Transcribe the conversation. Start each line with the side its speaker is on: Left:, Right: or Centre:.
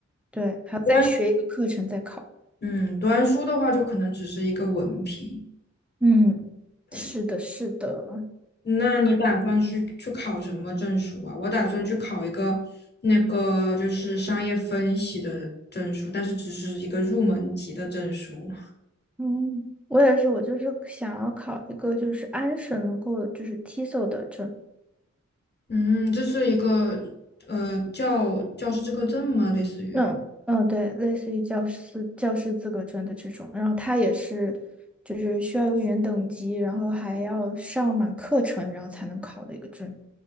Centre: 对，还要再学一个课程再考。
Left: 读完，嗯，读完书的话，就可能只是一个文凭。
Centre: 嗯，
Left: 对，
Centre: 是的，是的，
Left: 那你打算去去考什么证书啊？我打算去考一个那个就是商业分析的证书，但是只是一个入门级的证书。<laughs>
Centre: 嗯，我也是，我就是想要考一个就是安省能够就是 TESOL 的证，
Left: 嗯，这是一个呃教教师资格证吗？类似于。
Centre: 嗯嗯，对，类似于教师教师资格证的这种，然后它也是，就是需要有语言等级，然后还要上满课程，然后才能考的一个证。